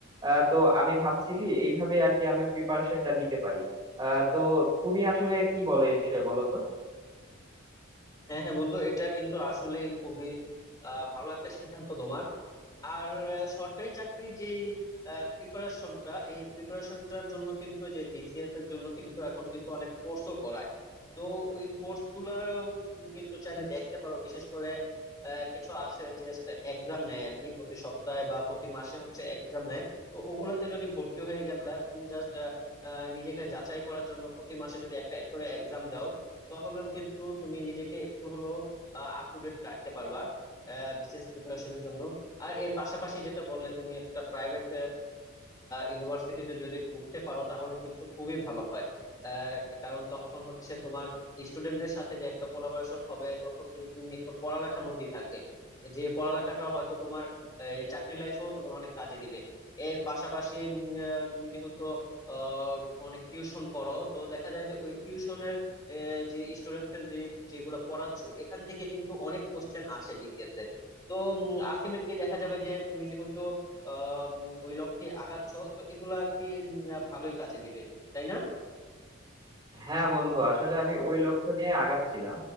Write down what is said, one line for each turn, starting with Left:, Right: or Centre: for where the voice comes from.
Right: আহ, তো আমি ভাবছি কি এইভাবে আর কি আমি প্রিপারেশনটা নিতে পারি আহ, তো তুমি আসলে কি বলো এই বিষয়ে বলো তো
Left: হ্যাঁ হ্যাঁ বন্ধু এটা কিন্তু আসলে খুবই আহ, ভালো একটা সিদ্ধান্ত তোমার আর আহ, সরকারি চাকরির যে প্রিপারেশনটা এই প্রিপারেশনটার জন্য কিন্তু যে বিসিএস এর জন্য কিন্তু এখন কিন্তু অনেক কোর্সও করায় তো ওই কোর্স গুলার তুমি কিন্তু চাইলে দেখতে পারো বিশেষ করে আহ, কিছু আছে যে এক্সাম নেয় আর কি প্রতি সপ্তাহে বা প্রতি মাসে হচ্ছে এক্সাম নেয় তো ওগুলাতে যদি ভর্তি হয়ে গেলে তুমি জাস্ট নিজেকে যাচাই করার জন্য প্রতি মাসে যদি একটা এক করে এক্সাম দাও তাহলেও কিন্তু তুমি নিজেকে একটু হলেও আপ টু ডেট রাখতে পারবা বিসিএস প্রিপারেশনের জন্য আর এর পাশাপাশি যেটা বললে তুমি একটা প্রাইভেট ইউনিভার্সিটিতে যদি ঢুকতে পারো তাহলে কিন্তু খুবই ভালো হয় কা- কারণ তখন হচ্ছে তোমার স্টুডেন্টদের সাথে যে একটা কোলাবোরেশন হবে তখন কিন্তু তুমি একটু পড়ালেখার মধ্যেই থাকবে যে পড়ালেখাটা হয়তো তোমার এই, চাকরি লাইফেও তোমার অনেক কাজে দিবে এর পাশাপাশি উম, আহ, তুমি যেহেতু আহ, অনেক টিউশন করো তো দেখা যায় যে ওই টিউশনের যে স্টুডেন্টের যেগুলো পড়াচ্ছো এখান থেকে কিন্তু অনেক কোশ্চেন আসে বিসিএস এ তো আলটিমেটলি দেখা যাবে যে তুমি যেহেতু আহ, উম, ওই লক্ষ্যে আগাচ্ছ তো এগুলা আর কি উম, ভালোই কাজে দিবে তাই না
Right: হ্যাঁ বন্ধু আসলে আমি ওই লক্ষ্য নিয়ে আগাচ্ছিলাম